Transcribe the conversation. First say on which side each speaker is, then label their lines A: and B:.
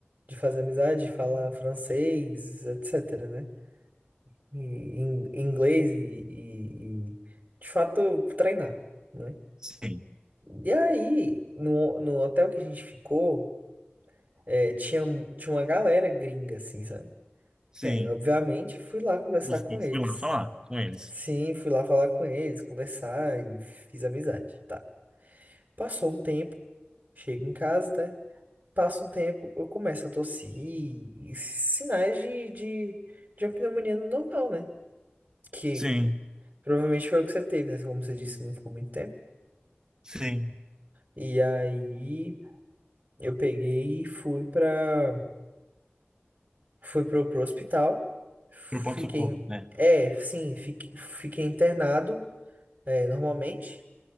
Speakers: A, on the right; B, on the right.
A: de fazer amizade, de falar francês, etc, né? E, in- inglês e, e, e, de fato, treinar, né?
B: sim,
A: E aí, no, no hotel que a gente ficou, É, tinha, tinha uma galera gringa, assim, sabe?
B: sim.
A: E aí, obviamente, fui lá conversar
B: Eu Fui,
A: com eles.
B: fui lá falar com eles.
A: Sim, fui lá falar com eles, conversar e fiz amizade, tá? Passou um tempo, chego em casa, né? Passa um tempo, eu começo a tossir e sinais de, de, de uma pneumonia normal, né? Que
B: Sim,
A: provavelmente foi o que você teve, né? Como você disse, não ficou muito tempo.
B: sim.
A: E aí, eu peguei e fui pra Fui pro, pro hospital, fiquei,
B: Pro pronto-socorro, né?
A: é, sim, fiquei, fiquei internado, é, normalmente.